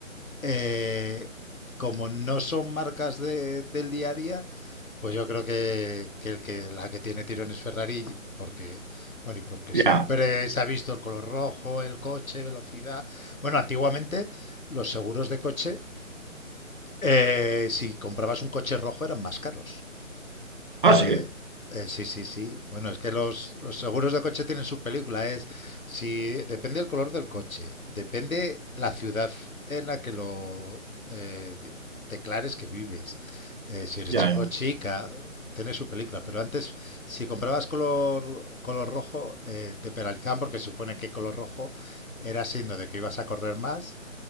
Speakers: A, on the left (about 80°); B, on the right (about 35°).
A: eh, como no son marcas de- del día a día, pues yo creo que, que el que la que tiene tirón es Ferrari, porque, bueno, y porque
B: Ya.
A: siempre se ha visto el color rojo, el coche, velocidad. Bueno, antiguamente los seguros de coche, eh, si comprabas un coche rojo eran más caros.
B: Ah,
A: Eh,
B: sí.
A: eh, sí, sí, sí. Bueno, es que los, los seguros de coche tienen sus películas. Es si depende el color del coche, depende la ciudad en la que lo eh, de- declares que vives. eh, si eres
B: Ya,
A: chico
B: ya.
A: o chica, tiene su película. Pero antes, si comprabas color color rojo, eh, te penalizaban porque se supone que color rojo era signo de que ibas a correr más